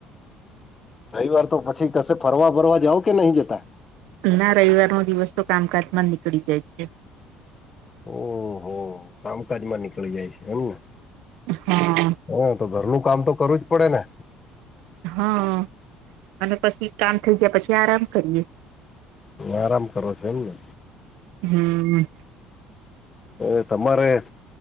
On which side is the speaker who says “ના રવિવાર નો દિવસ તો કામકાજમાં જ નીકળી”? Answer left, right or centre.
Right